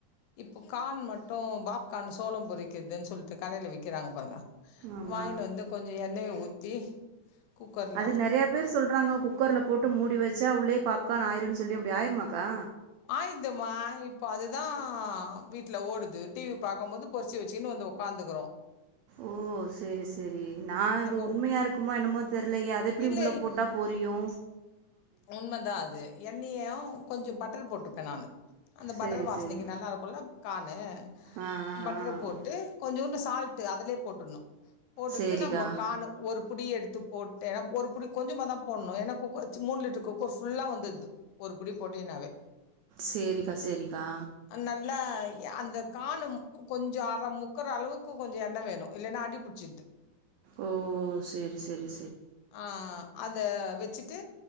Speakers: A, on the left; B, on the right.
A: இப்ப கான் மட்டு பாப்கான் சோளோ பொரிக்கதுன் சொல்ட்டு கடையில விக்கறாங்க பாருங்க
B: ஆமா
A: வாங்ன்டு வந்து கொஞ்ச எண்ணய ஊத்தி குக்கர்ல
B: அது நெறய பேரு சொல்றாங்க குக்கர்ல போட்டு மூடி வச்சா உள்ளே பாப்கார்ன் ஆயிருன் சொல்லி அப்டி ஆயிருமாக்கா
A: ஆயீதூமா இப்ப அதுதா வீட்ல ஓடுது டி வி பாக்க போது பொரிசு வெச்சுன்னு வந்து ஒ க்காந்துக்குறோ
B: ஓ செரி செரி நா இது
A: நம்ப
B: உண்மையா இருக்குமா என்னமோ தெர்லயே அதெப்டி
A: இல்ல,
B: உள்ள போட்டா பொ றியு
A: உண்மதா அது எண்ணெயு கொஞ்ச பட்டரு போட்டுப்பே நானு அந்த
B: சரி,
A: பட்டர் வாசனக்கி
B: சரி.
A: நல்லாருக்குல்ல கான்னு
B: ஆ ஆ
A: பட்டரு
B: ஆ.
A: போட்டு கொஞ்சோண்டு சால்ட் அதுலே போட்டுன்னு போட்டுட்டு
B: சரிக்கா.
A: நம்ப கானு ஒரு புடி எடுத்து போட்டு ஒரு புடி கொஞ்சமாதா போட்னு ஏன்னா குக்கர்ச் மூணு லிட்டரு குக்கரு ஃபுல்லா வந்துது ஒரு புடி போட்டீனாவே
B: சரிக்கா, சரிக்கா.
A: அந்நம்லா ஏ அது காணும் கொஞ்ச அர முக்கற அளவுக்கு கொஞ்ச எண்ண வேணு இல்லன்னா அடிப்புச்சிட்து
B: ஓ சேரி சேரி
A: ஆ அத வெச்சுட்டு